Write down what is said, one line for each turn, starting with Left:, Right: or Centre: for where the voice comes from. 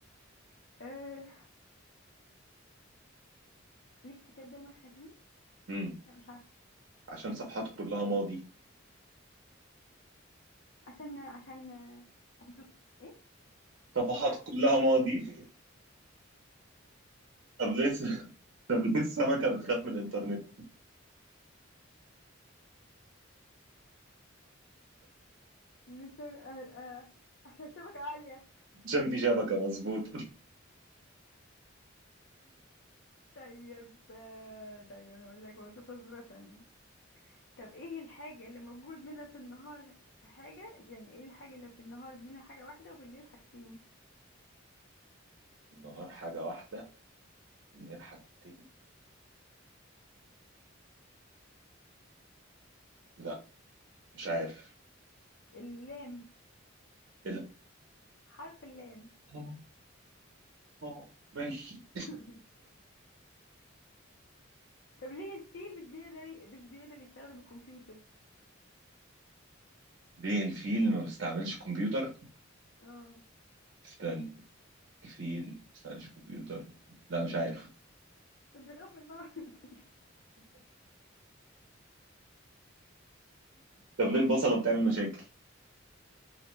Left: آه ليه الكتاب دايما حزين
Right: مم.
Left: لا مش عارفة
Right: عشان صفحاته كلها ماضي
Left: عشان عشان عشان في... ايه
Right: صفحاته
Left: عشان في الغلاف
Right: كلها ماضي
Left: مش عارفة
Right: طب لسه <laughs> طب ليه السمكة بتخاف من الإنترنت
Left: لسه آه آه. عشان الشبكة عالية
Right: عشان في شبكة مظبوط
Left: طيب آه، طيب انا اقول لك برضه فزورة تانية طب ايه الحاجة اللي موجود منها في النهار حاجة يعني ايه الحاجة اللي في النهار منها حاجة واحدة وبالليل حاجتين
Right: <laughs> النهار حاجة واحدة الليل حاجتين لا مش عارف
Left: اللام
Right: لا
Left: حرف اللام
Right: آه، آه، ماشي
Left: <laughs> طب ليه الفيل مش بيقدر ي- مش بيقدر يستخدم الكمبيوتر
Right: ليه الفيل ما بيستعملش كمبيوتر
Left: اه
Right: استنى الفيل ما بيستعملش كمبيوتر لا مش عارف
Left: عشان بيخاف من الماوس
Right: طب ليه البصلة بتعمل مشاكل